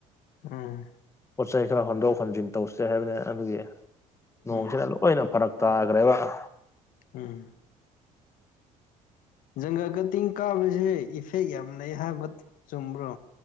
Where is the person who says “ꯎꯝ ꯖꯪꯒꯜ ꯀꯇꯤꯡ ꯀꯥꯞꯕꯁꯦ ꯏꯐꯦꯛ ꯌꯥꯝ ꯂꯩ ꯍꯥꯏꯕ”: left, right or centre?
Left